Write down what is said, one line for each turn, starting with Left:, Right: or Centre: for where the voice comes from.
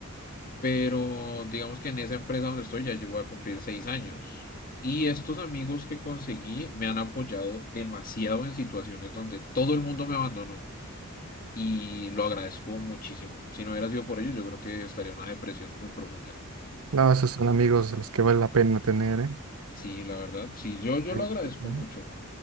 Left: pero digamos que en esa empresa donde estoy ya yo voy a cumplir seis años. Y estos amigos que conseguí me han apoyado demasiado en situaciones donde todo el mundo me abandonó y lo agradezco muchísimo. Si no hubiera sido por ellos, yo creo que estaría en una depresión muy profunda.
Right: No, esos son amigos los que vale la pena tener, ¿eh?
Left: Sí, la verdad, sí, yo, yo
Right: Sí,
Left: lo agradezco
Right: sí, sí.
Left: mucho,